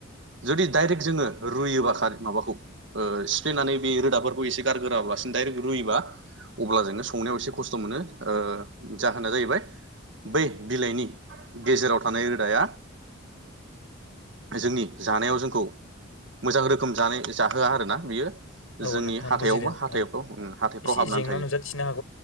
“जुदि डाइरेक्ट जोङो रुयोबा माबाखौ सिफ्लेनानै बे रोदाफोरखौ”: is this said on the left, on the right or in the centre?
Right